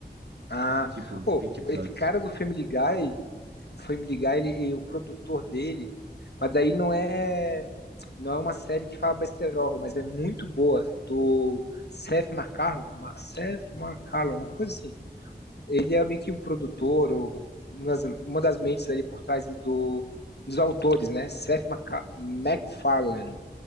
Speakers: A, on the left (about 70°); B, on the right (about 75°).
A: Ah,
B: E, Tipo, 20
A: oh,
B: episódios.
A: esse cara do Family Guy, o Family Guy, ele, e o produtor dele, mas daí não é não é uma série que fala besterol, mas é muito boa do Seth MacFarlane, Ma- Seth MacFarlane, uma coisa assim. Ele é meio que o produtor ou uma das, uma das mentes ali por trás do, dos autores, né? Seth Maca- MacFarlane.